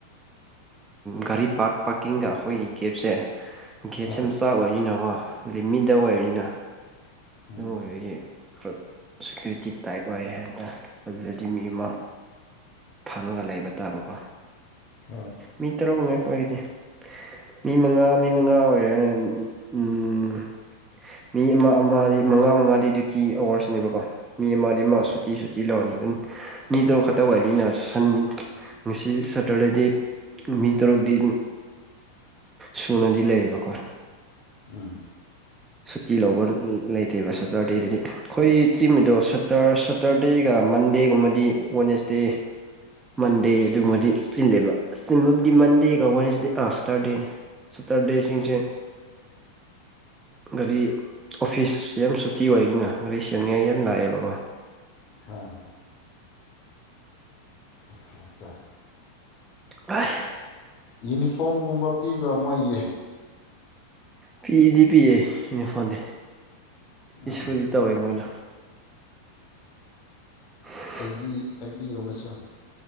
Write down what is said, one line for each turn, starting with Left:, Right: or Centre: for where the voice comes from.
Right: ꯒꯥꯔꯤ ꯄꯥꯔ ꯄꯥꯔꯀꯤꯡꯒ ꯑꯩꯈꯣꯏꯒꯤ ꯀꯦꯞꯁꯦ ꯒꯦꯠꯁꯦ
Left: ꯍꯣꯏ
Right: ꯌꯥꯝ ꯆꯥꯛ ꯑꯣꯏꯕꯅꯤꯅꯀꯣ ꯂꯤꯃꯤꯗ ꯑꯣꯏꯕꯅꯤꯅ
Left: ꯎꯝ
Right: ꯑꯗꯨ ꯑꯣꯏꯕꯒꯤ ꯈꯔ ꯁꯦꯀ꯭ꯌꯨꯔꯤꯇꯤ ꯇꯥꯏꯞ ꯑꯣꯏ ꯍꯥꯏꯇꯥꯔꯦ ꯑꯗꯨꯗꯗꯤ ꯃꯤ ꯑꯃ ꯐꯪꯉꯒ ꯂꯩꯕ ꯇꯥꯕꯀꯣ
Left: ꯑꯥ
Right: ꯃꯤ ꯇꯔꯨꯛꯃꯉꯥꯏ ꯑꯩꯈꯣꯏꯒꯤꯗꯤ ꯃꯤ ꯃꯉꯥ ꯃꯤ ꯃꯉꯥ ꯑꯣꯏ ꯎꯝ ꯃꯤ ꯑꯃ ꯃꯉꯥ ꯃꯉꯥꯗꯤ ꯗ꯭ꯌꯨꯇꯤ ꯑꯋꯥꯋꯔꯁꯅꯦꯕꯀꯣ ꯃꯤ ꯑꯃ ꯑꯃ
Left: ꯍꯣꯏ
Right: ꯁꯨꯇꯤ ꯁꯨ ꯂꯧꯔꯅꯤ ꯑꯗꯨꯝ ꯃꯤ ꯇꯔꯣ ꯈꯛꯇ ꯑꯣꯏꯕꯅꯤꯅ ꯁꯟ ꯉꯁꯤ ꯁꯇꯔꯗꯦꯗꯤ ꯃꯤ ꯇꯔꯨꯛꯇꯤ ꯁꯨꯅꯗꯤ ꯂꯩꯌꯦꯕꯀꯣ
Left: ꯎꯝ
Right: ꯁꯨꯇꯤ ꯂꯧꯕ ꯂꯩꯇꯦꯕ ꯁꯦꯇꯔꯗꯦꯗꯗꯤ ꯑꯩꯈꯣꯏꯒꯤ ꯆꯤꯡꯃꯤꯗꯣꯇ ꯁꯇꯔꯗꯦꯒ ꯃꯟꯗꯦꯒꯨꯝꯕꯗꯤ ꯋꯥꯅꯦꯁꯗꯦ ꯟꯗꯦ ꯑꯗꯨꯒꯕꯗꯤ ꯆꯤꯂꯦꯕ ꯆꯤꯟꯕꯕꯨꯗꯤ ꯃꯟꯗꯦ ꯀ ꯦꯁꯗꯦ ꯑꯥ ꯁꯦꯇꯔꯗꯦꯅꯦ ꯁꯠꯇꯔ ꯗꯦꯁꯅꯤꯁꯦ ꯒꯥꯔꯤ ꯑꯣꯐꯤꯁ ꯌꯥꯝ ꯁꯨꯇꯤ ꯑꯣꯏꯅꯤꯅ ꯒꯥꯔꯤ ꯁꯦꯝꯅꯤꯡꯉꯥꯏ ꯌꯥꯝ ꯂꯥꯛꯑꯦꯕꯀꯣ
Left: ꯍꯥ ꯍ ꯏꯠꯇꯆꯥ
Right: ꯑꯁ
Left: ꯌꯨꯅꯤꯐꯣꯔꯝꯒꯨꯝꯕ ꯄꯤꯕ꯭ꯔꯥ ꯃꯣꯏꯒꯤ
Right: ꯄꯤꯗꯤ ꯄꯤꯌꯦꯦ ꯏꯅꯤ ꯐꯣꯟꯗꯤ
Left: ꯑꯣ
Right: ꯏꯗꯤ ꯇꯧꯋꯦ ꯃꯣꯏꯅ <unintelligible>
Left: ꯑꯩ ꯗꯤ ꯑꯩ ꯗꯤꯒꯨꯝ ꯑꯃꯁꯨ